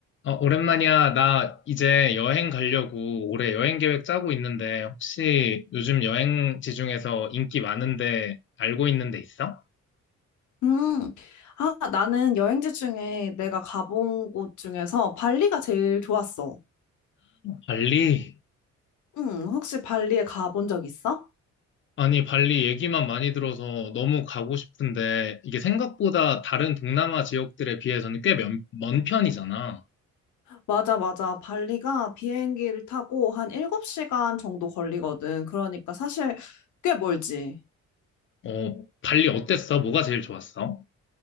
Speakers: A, on the left (about 40°); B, on the left (about 75°).
A: 어, 오랜만이야. 나 이제 여행 가려고 올해 여행 계획 짜고 있는데 혹시 요즘 여행지 중에서 인기 많은데 알고 있는 데 있어?
B: 음, 아, 나는 여행지 중에 내가 가본 곳 중에서 발리가 제일 좋았어.
A: 발리?
B: 응, 혹시 발리에 가본 적 있어?
A: 아니, 발리 얘기만 많이 들어서 너무 가고 싶은데 이게 생각보다 다른 동남아 지역들에 비해서는 꽤 먼, 먼 편이잖아.
B: 맞아, 맞아. 발리가 비행기를 타고 한 7시간 정도 걸리거든. 그러니까 사실 꽤 멀지.
A: 어, 발리 어땠어? 뭐가 제일 좋았어?